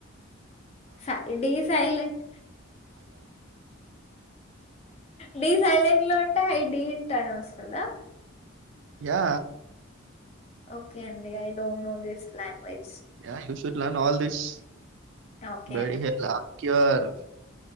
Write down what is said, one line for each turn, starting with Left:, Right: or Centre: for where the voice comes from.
Left: సై D silent D silent ఉంటా ఐ డింటా అని వస్తదా
Right: యా
Left: ఓకే అండి I don't know this language
Right: yeah all this
Left: okay
Right: బడియా హకర్ అ